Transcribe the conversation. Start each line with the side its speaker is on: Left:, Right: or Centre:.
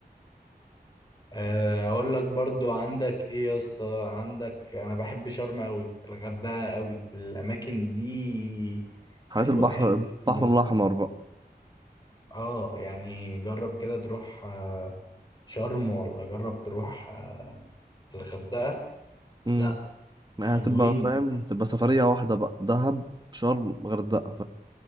Left: آه، اقول لك برضو عندك ايه يا اسطى عندك انا بحب شرم قوي الغردقه قوي الاماكن دي
Right: حياة
Left: حلوه
Right: البحر
Left: حلوه قوي
Right: البحر
Left: يا اسطى
Right: الأحمر بقى
Left: اه يعني جرب كده تروح آه، شرم ولا جرب تروح آه، الغردقه
Right: امم
Left: لا
Right: يعني
Left: حلوين
Right: هتبقى فاهم تبقى سفرية واحدة بقى دهب شرم غردقة